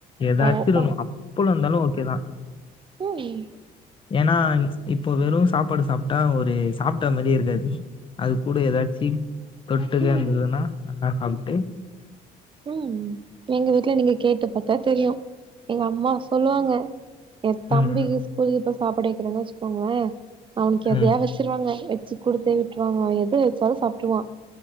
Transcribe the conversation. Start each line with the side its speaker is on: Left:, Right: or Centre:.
Left: ஏதாச்சுருக்கனு
Right: ஓ ஓ
Left: அப்பளு இந்தாலு ஓகேதா
Right: ம்
Left: ஏனா இப்போ வெறும் சாப்பாடு சாப்ட்டா ஒரு சாப்ட்டா மாரியே இருக்காது அது கூடோ ஏதாச்சு தொட்டுக்க இருந்ததுன்னா
Right: ம்
Left: நல்லா சாப்ட்டு
Right: உம் எங்க வீட்ல நீங்க கேட்டுப் பாத்தா தெரியும் எங்க அம்மா சொல்லுவாங்க என் தம்பிக்கு
Left: ம்
Right: ஸ்கூலுக்கு பாஸ் சாப்பாடு வைக்கிறங்க வச்சுக்கோங்களே அவனுக்கு எதயாது
Left: ம்
Right: வச்சுருவாங்க வச்சு குடுத்தே விட்டுருவாங்க அவன் எத வச்சாலும் சாப்ட்ருவான்